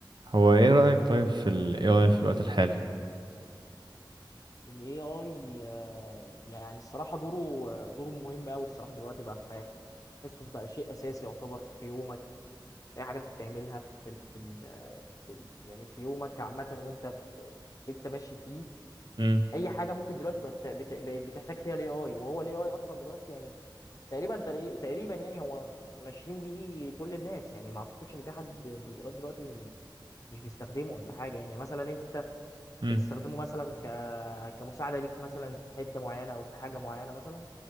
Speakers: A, on the right; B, on the left.
A: هو ايه رأيك طيب في ال AI في الوقت الحالي
B: ال AI آه، يعني الصراحة دوره آه، دوره مهم أوي الصراحة دلوقتي بقى في حياتنا تحسه بقى شيء أساسي يعتبر في يومك في أي حاجة بتعملها في ال في ال في ال يعني في يومك عامة وأنت في أنت ماشي فيه
A: امم
B: أي حاجة ممكن دلوقتي بقى بت- بت- بقت بتحتاج فيها ال AI وهو ال AI أصلا دلوقتي يعني تقريبا تقري- تقريبا يعني هو ماشيين بيه كل الناس يعني ما أعتقدش إن في حد لغاية دلوقتي مش بيستخدمه ولا حاجة يعني مثلا أنت
A: امم
B: بتستخدمه مثلا يعني كمساعدة ليك مثلا في حتة معينة أو في حاجة معينة مثلا